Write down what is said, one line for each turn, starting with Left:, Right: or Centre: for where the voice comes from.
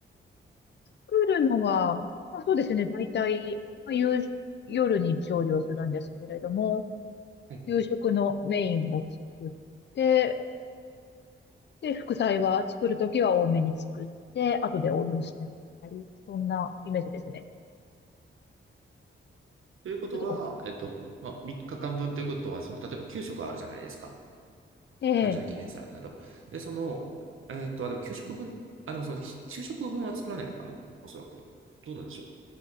Left: 作るのは、まあ、そうですね。大体、まあ、夕夜に調理をするんですけれども、
Right: はい。
Left: 夕食のメインを作って、で、副菜は作るときは多めに作って、後で応用したりだったり、そんなイメージですね。
Right: ということは、
Left: ちょっと、
Right: えっと、まあ、3日間分ということは、その、例えば給食あるじゃないですか。
Left: ええ
Right: 誕生日検査など。で、その、えっと、あ、でも9食分、あ、でもその、ひ昼食分は作らないのかなおそらく。どうなんでしょう。